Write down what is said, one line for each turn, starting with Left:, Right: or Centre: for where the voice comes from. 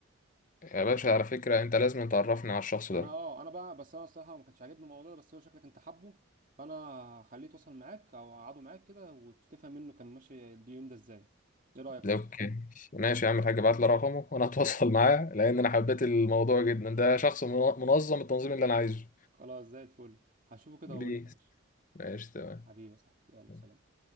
Left: يا باشا على فكره انت لازم تعرفني على الشخص
Right: انا
Left: ده
Right: اه انا بقى بس انا الصراحة ما كانش عاجبني الموضوع ده بس هو شكلك انت حابه فانا خليه يتواصل معاك او اقعده معاك كده وتفهم منه كان ماشي اليوم ده ازاي ايه رأيك
Left: اوكي ماشي يا عم الحاج ابعت لي رقمه وانا هتواصل <laughs> معاه لان انا حبيت الموضوع جدا ده شخص من- منظم التنظيم اللي انا عايزه
Right: خلاص زي الفل هشوفه كده
Left: بيس
Right: واقول لك يا باشا
Left: ماشي
Right: حبيبي يا صاحبي يلا
Left: تمام
Right: سلام